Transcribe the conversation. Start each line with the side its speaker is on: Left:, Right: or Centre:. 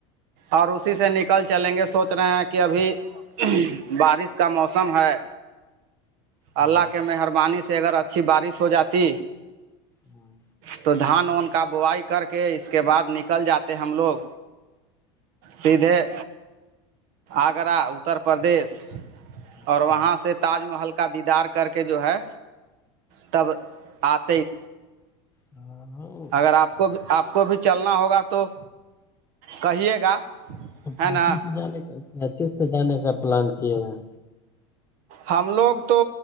Right: اور اسی سے نکل چلیں گے سوچ رہے ہیں کہ ابھی بارش کا موسم ہے
Left: ہاں
Right: اللہ کے مہربانی سے اگر اچھی بارش ہو جاتی
Left: ہاں
Right: تو دھان ان کا بوائی کر کے اس کے بعد نکل جاتے ہم لوگ سیدھے آگرہ اتر پردیش
Left: اچھا
Right: اور وہاں سے تاج محل کا دیدار کر کے جو ہے تب آتا
Left: ہاں
Right: اگر آپ کو بھی آپ کو بھی چلنا ہوگا تو کہیے گا
Left: تو
Right: ہے
Left: کاچی
Right: نا
Left: سے جانے کاچی سے جانے کا پلان کیے ہیں
Right: ہم لوگ تو